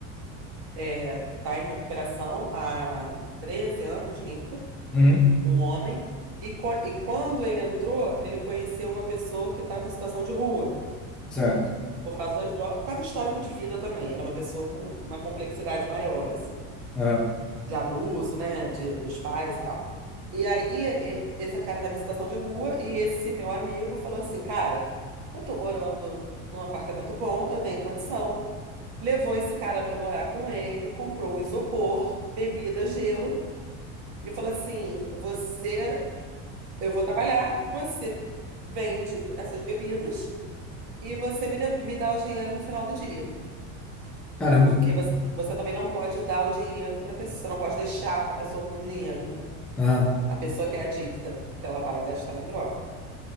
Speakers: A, on the right; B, in the centre.
A: é, tá em recuperação há 13 anos limpa.
B: Uhum.
A: um homem, e, co- e quando ele entrou, ele conheceu uma pessoa que estava em situação de rua,
B: Certo.
A: por causa das drogas, por causa do histórico de vida também. Era uma pessoa com uma complexidade maior, assim,
B: É.
A: de abuso, né, de, dos pais e tal. E aí, e- esse cara estava em situação de rua, e esse meu amigo falou assim: Cara, eu tô morando num apartamento bom, eu tenho condição. Levou esse cara para morar com ele, comprou um isopor, bebida, gelo, e falou assim: Você Eu vou trabalhar, você vende essas bebidas e você me, dá- me dá o dinheiro no final do dia.
B: Caramba.
A: Porque você, você também não pode dar o dinheiro para a pessoa, você não pode deixar a pessoa com dinheiro, né?
B: Ah,
A: A pessoa que é adicta, que ela vai gastar em droga.